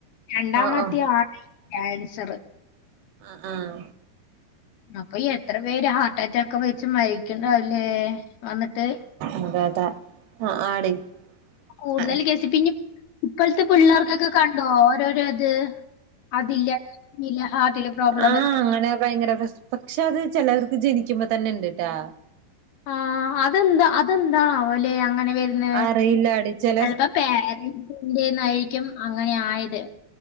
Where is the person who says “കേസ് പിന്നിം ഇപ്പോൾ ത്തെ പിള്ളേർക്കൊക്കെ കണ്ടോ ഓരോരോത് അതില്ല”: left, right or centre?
Left